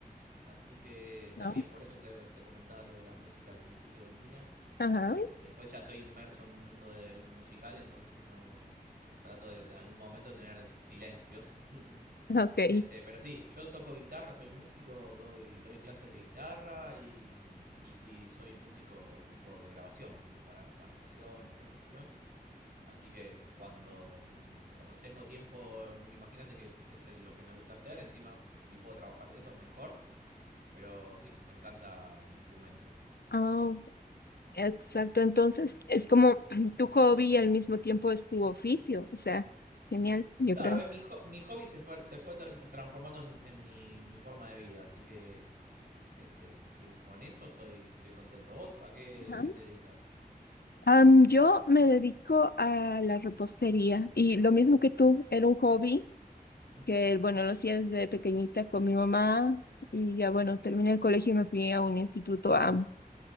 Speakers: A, on the right; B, on the left.
A: así que
B: ¿No?
A: también por eso te, te comentaba lo de la música al principio del día.
B: Ajá,
A: Este, después ya estoy inmerso en un mundo de- musical, entonces no trato de, de algún momento tener silencios <laughs>
B: ok.
A: Este, pero sí, yo toco guitarra, soy músico, doy, doy clases de guitarra y, mm, y- y soy músico tipo de grabación, de- para, para sesiones de grabación. Así que cuando, mm, cuando tengo tiempo, mm, imagínate que es el- lo que me gusta hacer, encima si puedo trabajar de eso, mejor, pero sí, me encanta el instrumento.
B: Ah, exacto. Entonces, es como <clears throat> tu hobby y al mismo tiempo es tu oficio. O sea, genial, yo
A: Claro,
B: creo.
A: eh, mi, ho- mi hobby se fue, se fue term- transformando en, en mi, mi forma de vida, así que este, estoy con eso, estoy, estoy contento. ¿Vos a qué,
B: Ajá.
A: qué te dedicas?
B: Am, yo me dedico a la repostería y lo mismo que tú, era un hobby
A: Ujú.
B: que, bueno, lo hacía desde pequeñita con mi mamá y ya, bueno, terminé el colegio y me fui a un instituto a,